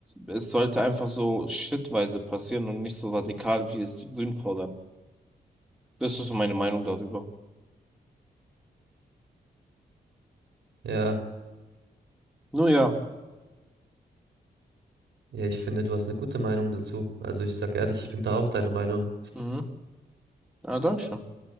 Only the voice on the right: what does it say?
Ja.
Ja, ich finde, du hast eine gute Meinung dazu. Also ich sag ehrlich, ich bin da auch deiner Meinung.